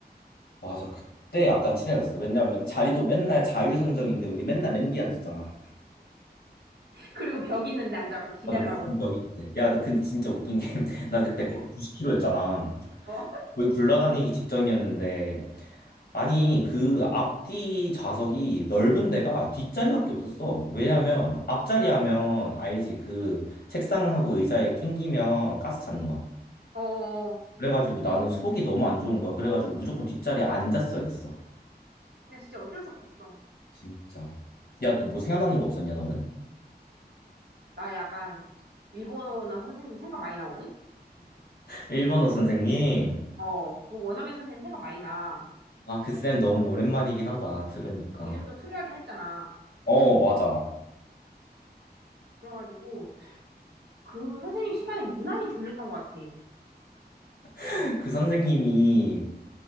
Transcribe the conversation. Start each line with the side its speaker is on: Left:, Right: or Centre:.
Left: 맞아, 그때 약간 친해졌어. 왜냐면 자리도 맨날 자유선정인데 우리 맨날 맨 뒤에 앉았잖아.
Right: 그리고 벽 있는 난자고 기달라고.
Left: 맞아, 무조건 벽이 있는데. 야, 나 근데 진짜 웃긴 게, <laughs> 나 그때 거의 90kg였잖아.
Right: 어?
Left: 거의 굴러다니기 직전이었는데, 아니, 그 앞뒤 좌석이 넓은 데가 뒷자리밖에 없었어. 왜냐면 앞자리 하면 알지. 그 책상하고 의자에 낑기면 가스 차는 거.
Right: <laughs> 어.
Left: 그래가지고 나는 속이 너무 안 좋은 거야. 그래가지고 무조건 뒷자리에 앉았어야 됐어.
Right: 근데 진짜 어쩔 수 없었어.
Left: 진짜. 야, 너 뭐 생각나는 거 없었냐, 너는?
Right: 나 약간, 일본어 선생님 생각 많이 나거든?
Left: 일본어 선생님.
Right: 어. 그 원어민 선생님 생각 많이 나.
Left: 아, 그 쌤 너무 오랜만이긴 하다. 들으니까.
Right: 이름도 특이하긴 했잖아.
Left: 어, 맞아.
Right: 그래가지고, 그 선생님 시간에 유난히 졸렸던 것 같아.
Left: <laughs> 그 선생님이